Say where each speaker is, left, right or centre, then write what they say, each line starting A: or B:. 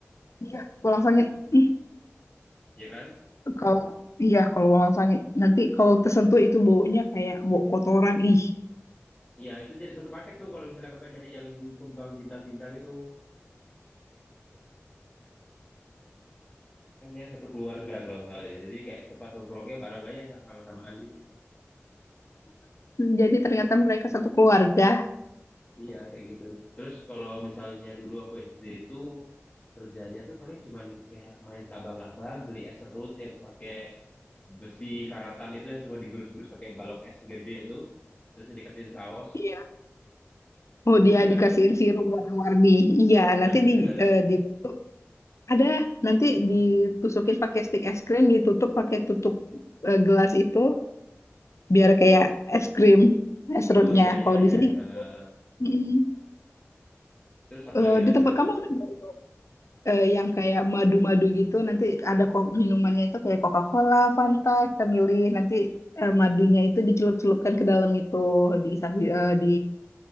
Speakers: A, on the left (about 75°); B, on the left (about 25°).
A: Iya, walang sangit. Ih,
B: ya kan?
A: kalau iya kalau walang sangit nanti kalau tersentuh itu baunya kayak bau kotoran. Ih,
B: Iya itu jadi satu paket tuh kalau misalnya kakak nyari yang kembang bintang-bintang itu kan dia satu keluarga kalau nggak salah ya. Jadi kayak tempat nongkrongnya bareng aja sama-samaan gitu.
A: jadi ternyata mereka satu keluarga.
B: Iya, kayak gitu. Terus kalau misalnya dulu aku SD itu kerjanya tuh paling cuman kayak main kabang-abang, beli es serut yang pakai besi karatan itu yang cuma digerus-gerus pakai balok es gede itu, terus yang dikasihin saus.
A: Iya. Oh,
B: Di situ
A: dia
B: juga
A: dikasihin
B: ada.
A: sirup warna-warni. Iya,
B: Nah,
A: nanti
B: di situ
A: di,
B: juga ada.
A: eh, dibentuk ada nanti
B: Oh,
A: ditusukin pakai stik es krim, ditutup pakai tutup eh, gelas itu. biar kayak es krim es serutnya
B: oh iya iya
A: kalau
B: iya.
A: di sini
B: Ha, ha, ha.
A: mm,
B: Terus apa
A: eh,
B: lagi ada
A: di
B: di
A: tempat
B: situ, Kak?
A: kamu ada nggak eh, yang kayak madu-madu gitu nanti ada kok minumannya itu kayak Coca-Cola Fanta kita milih nanti eh, madunya itu dicelup-celupkan ke dalam itu di sapi- eh, di